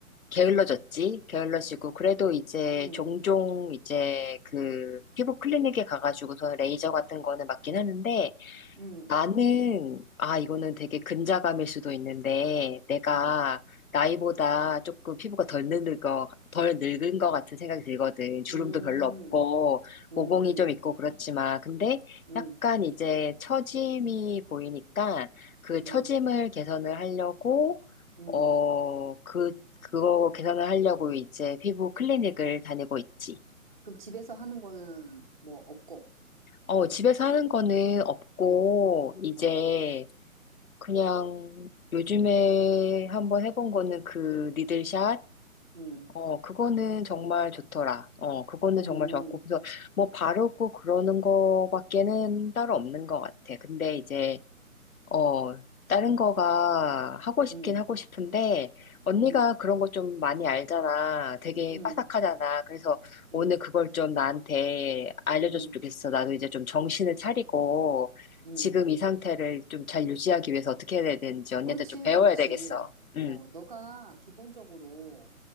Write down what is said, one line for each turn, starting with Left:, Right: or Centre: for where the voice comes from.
Left: 게을러졌지? 게을러지고, 그래도 이제
Right: 응.
Left: 종종 이제 그 피부 클리닉에 가가지고서 레이저 같은 거는 맞긴 하는데,
Right: 응.
Left: 나는, 아, 이거는 되게 근자감일 수도 있는데, 내가
Right: 어,
Left: 나이보다 조금 피부가 덜 늙은 거, 덜 늙은 거 같은 생각이 들거든. 주름도
Right: 음,
Left: 별로 없고,
Right: 음,
Left: 모공이
Right: 음,
Left: 좀 있고 그렇지만, 근데
Right: 음,
Left: 약간 이제 처짐이 보이니까, 그
Right: 음,
Left: 처짐을 개선을 하려고,
Right: 음.
Left: 어, 그, 그거 개선을 하려고 이제 피부 클리닉을 다니고 있지.
Right: 그럼 집에서 하는 거는 뭐 없고,
Left: 어, 집에서 하는 거는 없고,
Right: 그냥,
Left: 이제,
Right: 어,
Left: 그냥 요즘에 한번 해본 거는 그 니들샷?
Right: 음,
Left: 어, 그거는 정말 좋더라. 어, 그거는
Right: 음,
Left: 정말 좋았고. 그래서 뭐 바르고 그러는 거밖에는 따로 없는 것 같아. 근데 이제 어, 다른 거가 하고 싶긴
Right: 음,
Left: 하고 싶은데, 언니가
Right: 음,
Left: 그런 거 좀 많이 알잖아. 되게
Right: 음,
Left: 빠삭하잖아. 그래서 오늘
Right: 음,
Left: 그걸 좀 나한테 알려줬으면
Right: 음,
Left: 좋겠어. 나도 이제 좀 정신을 차리고,
Right: 음.
Left: 지금 이 상태를 좀 잘 유지하기 위해서 어떻게 해야 되는지 언니한테
Right: 그렇지,
Left: 좀 배워야
Right: 그렇지.
Left: 되겠어.
Right: 어,
Left: 응,
Right: 너가 기본적으로